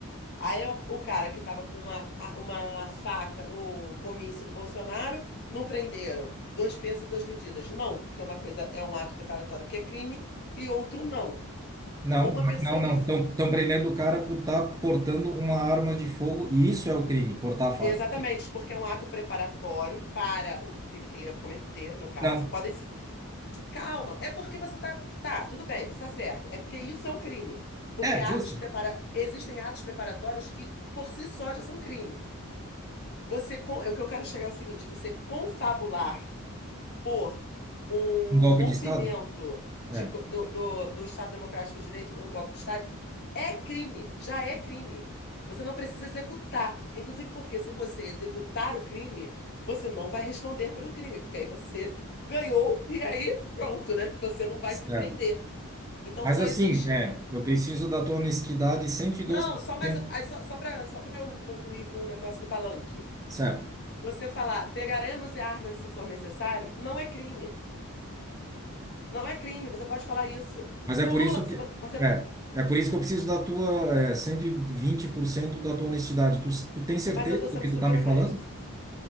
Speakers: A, on the left; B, on the right.
A: Aí o o cara que tava com uma, a- uma faca no comício do Bolsonaro, não prenderam. Dois pesos e duas medidas. Não, porque uma coisa é um ato preparatório que é crime e outro não.
B: Não,
A: Uma pessoa
B: não, não.
A: que. f-
B: Estão prendendo o cara por estar portando uma arma de fogo e isso é o crime, portar a faca.
A: Exatamente, porque é um ato preparatório para o crime que ele ia cometer, no caso.
B: Não.
A: Podem se Calma, é porque você tá. Tá, tudo bem, você tá certo. É porque isso é um crime. Porque
B: É,
A: atos
B: justo.
A: prepara... existem atos preparatórios que, por si só, já são crime. Você con... é O que eu quero chegar é o seguinte: você confabular por um
B: Um golpe
A: rompimento
B: de Estado?
A: de
B: É.
A: go- do, do, do Estado Democrático de Direito por um golpe de Estado é crime, já é crime. Você não precisa executar. Inclusive porque se você executar o crime, você não vai responder pelo crime, porque aí você ganhou e aí pronto, né? Você não vai
B: Certo.
A: se prender. Então
B: Mas
A: só
B: assim,
A: existe.
B: é, eu preciso da tua honestidade cento e
A: Não,
B: doze por
A: só mais.
B: cento,
A: aí Só, só para só para eu concluir com o negócio do palanque.
B: certo?
A: Você falar, pegaremos armas se for necessário, não é crime. Não é crime, você pode falar isso.
B: Mas
A: Se
B: é por
A: o Lula,
B: isso que
A: se vo- você,
B: é, é por isso que eu preciso da tua é, 120% da tua honestidade. Tu, tu tem certeza
A: mas eu tô sendo
B: do que
A: super
B: tu tá me
A: honesta.
B: falando?